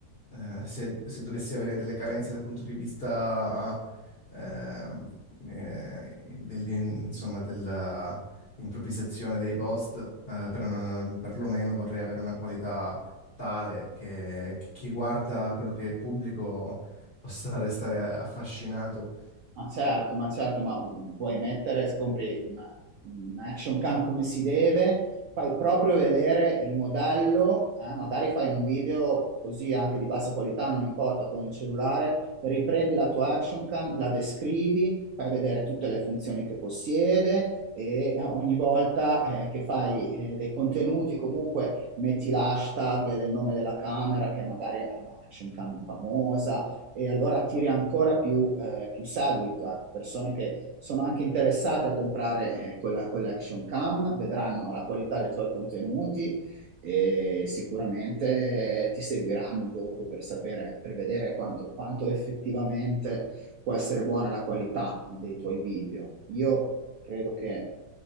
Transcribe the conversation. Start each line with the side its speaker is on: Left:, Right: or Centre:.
Left: eh, se, se dovessi avere delle carenze dal punto di vista ehm, eh, dell'in- insomma, della improvvisazione dei post, eh, per una- perlomeno vorrei avere una qualità tale che, che chi guarda quello che pubblico possa restare affascinato.
Right: Ma certo, ma certo, ma mm, vuoi mettere, compri una, un action cam come si deve, fai proprio vedere il modello, eh, magari fai un video così anche di bassa qualità, non importa, con il cellulare, riprendi la tua action cam, la descrivi, fai vedere tutte le funzioni che possiede e ogni volta eh, che fai eh, dei contenuti comunque metti l'hashtag del nome della camera che magari è una action cam famosa e allora attiri ancora più, eh, più seguito, ecco, persone che sono anche interessate a comprare eh, quella, quell'action cam, vedranno la qualità dei tuoi contenuti e sicuramente ti seguiranno dopo per sapere, per vedere quanto, quanto effettivamente può essere buona la qualità dei tuoi video. Io credo che